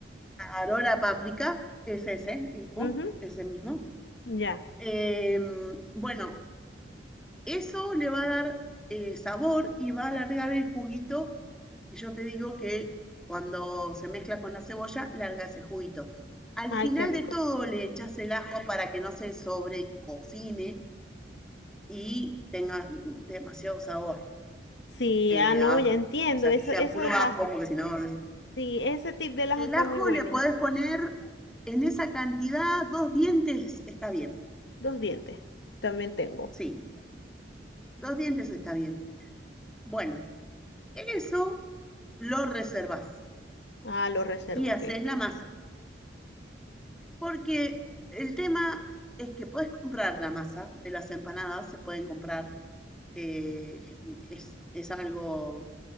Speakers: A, in the centre; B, on the left.
A: ahora la páprica, es ese mismo,
B: Ujú,
A: ese mismo.
B: Ya,
A: Em, bueno, Eso le va a dar eh, sabor y va a alargar el juguito que yo te digo que cuando se mezcla con la cebolla, larga ese juguito. Al
B: ay,
A: final
B: qué rico.
A: de todo le echas el ajo para que no se sobrecocine y tenga demasiado sabor
B: Sí,
A: eh,
B: ah, no,
A: a ajo.
B: ya entiendo,
A: O sea,
B: eso,
A: que sea
B: eso
A: puro
B: del
A: ajo,
B: ajo.
A: porque si no...
B: Sí, ese tip del ajo
A: El
B: está
A: ajo
B: muy bueno.
A: le podés poner en esa cantidad, dos dientes está bien.
B: Dos dientes, también tengo.
A: Sí, dos dientes está bien. Bueno, eso lo reservas.
B: Ah, lo reservo,
A: y haces
B: ok.
A: la masa. Porque el tema es que puedes comprar la masa de las empanadas, se pueden comprar, eh, es, es algo